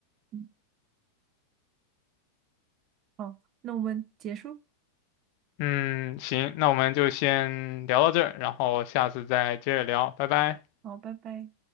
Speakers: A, on the right (about 35°); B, on the left (about 45°).
A: 嗯，好，那我们结束，
B: 嗯，行，那我们就先聊到这儿，然后下次再接着聊，拜拜。
A: 好，拜拜。